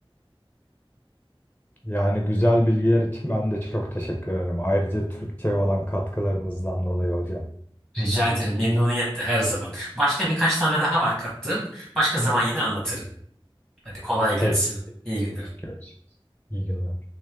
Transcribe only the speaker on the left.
Yani güzel bilgiler için ben de çok teşekkür ederim. Ayrıca Türkçe olan katkılarınızdan dolayı hocam.
Peki.
Görüşürüz. İyi günler.